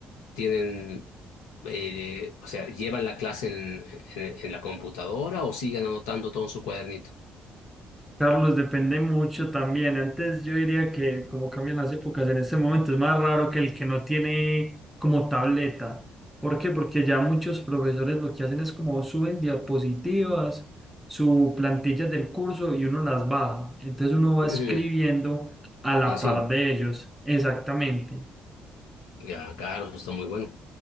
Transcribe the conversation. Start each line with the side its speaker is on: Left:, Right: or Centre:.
Left: tienen, eh, o sea, llevan la clase en, en, en la computadora o siguen anotando todo en su cuadernito.
Centre: Carlos, depende mucho también. Antes yo diría que como cambian las épocas, en este momento es más raro que el que no tiene como tableta. ¿Por qué? Porque ya muchos profesores lo que hacen es como suben diapositivas, su plantillas del curso y uno las baja. Entonces uno va
Left: Ujú.
Centre: escribiendo a la
Left: Encima,
Centre: par de ellos. Exactamente.
Left: ya, claro, eso está muy bueno.